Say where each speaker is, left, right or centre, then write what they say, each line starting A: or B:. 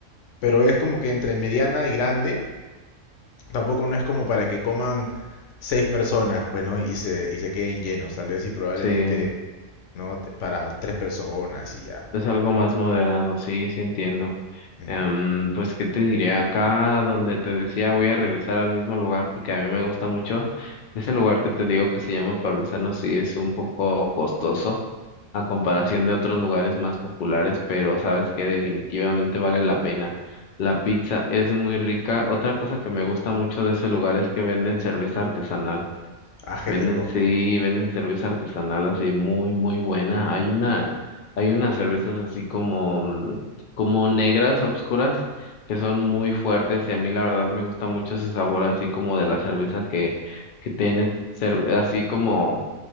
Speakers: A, on the left (about 70°); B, on the left (about 85°).
A: Pero es como que entre mediana y grande, tampoco no es como para que coman seis personas, pues, ¿no? Y se, y se queden llenos, tal vez y probablemente...
B: Sí.
A: ¿no? Te- Para tres personas y ya.
B: Es algo más moderado, sí, sí entiendo.
A: Ujú.
B: Em, pues, ¿qué te diré? Acá donde te decía voy a regresar al mismo lugar porque a mí me gusta mucho. Ese lugar que te digo que se llama Parmesano sí es un poco costoso a comparación de otros lugares más populares, pero sabes que definitivamente vale la pena. La pizza es muy rica. Otra cosa que me gusta mucho de ese lugar es que venden cerveza artesanal.
A: Ah, qué
B: Venden,
A: rico.
B: sí, venden cerveza artesanal así muy, muy buena. Hay una, hay unas cervezas así como, mm, como negras, obscuras, que son muy fuertes y a mí la verdad me gusta mucho ese sabor así como de la cerveza que, que tiene, cer- así como,